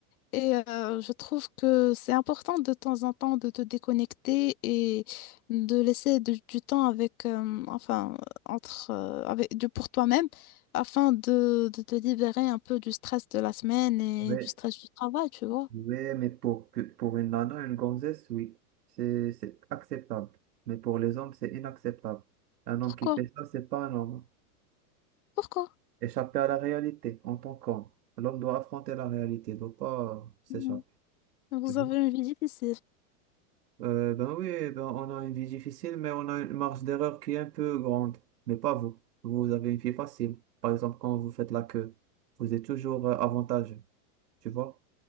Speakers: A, on the left (about 70°); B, on the right (about 85°).
A: Et euh, je trouve que c'est important de temps en temps de te déconnecter et de laisser de- du temps avec, euh, enfin, entre, euh, avec, du, pour toi-même afin de, de te libérer un peu du stress de la semaine et
B: Mais,
A: du stress du travail, tu vois.
B: mais, mais pour, pour une nana, une gonzesse, oui, c'est c'est acceptable. Mais pour les hommes, c'est inacceptable. Un homme
A: Pourquoi?
B: qui fait ça, c'est pas un homme. hein.
A: Pourquoi?
B: Échapper à la réalité en tant qu'homme. L'homme doit affronter la réalité, il doit pas euh, s'échapper.
A: Hmm. Vous
B: Tu vois?
A: avez une vie difficile.
B: Euh, ben oui, ben on a une vie difficile, mais on a une marge d'erreur qui est un peu grande. Mais pas vous. Vous avez une vie facile. Par exemple, quand vous faites la queue, vous êtes toujours euh, avantagé. Tu vois?